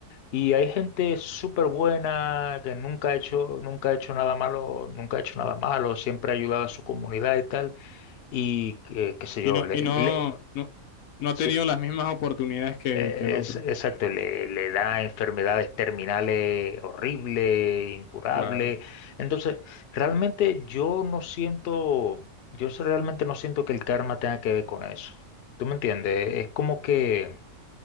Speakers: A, on the left; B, on the left.
A: y hay gente súper buena que nunca ha hecho, nunca ha hecho nada malo, nunca ha hecho nada malo, siempre ha ayudado a su comunidad y tal, y que, qué sé yo,
B: Y no,
A: le,
B: y no,
A: le-
B: no, no ha
A: sí,
B: tenido las mismas oportunidades que,
A: eh,
B: que el otro.
A: es, exacto, le, le da enfermedades terminales horribles, incurables.
B: Claro,
A: Entonces, realmente yo no siento, yo realmente no siento que el karma tenga que ver con eso. ¿Tú me entiendes? Es como que...